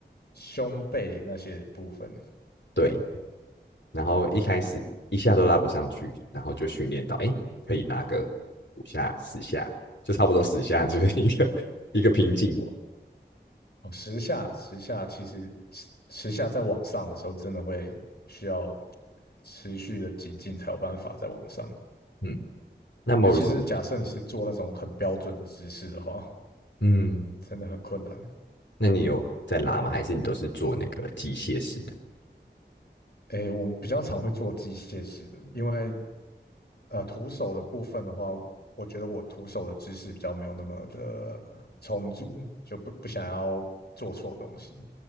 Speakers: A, on the left; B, on the left.
A: 胸背那些部分。
B: 对，然后一开始一下都拉不上去，
A: 嗯，
B: 然后就训练到诶可以拉个五下十下，就差不多十下就是一个 <laughs> 一个瓶颈。
A: 哦，时下时下其实时时下在往上的时候，真的会需要持续的精进才有办法在往上。
B: 嗯，那 Morris
A: 尤其是假设你是做那种很标准的姿势的话，
B: 你？嗯，
A: 真的很困难。
B: 那你有在拉吗？还是你都是做那个机械式的？
A: 诶，我们比较常会做机械式的，因为呃徒手的部分的话，我觉得我徒手的姿势比较没有那么的充足，就不不想要做错东西。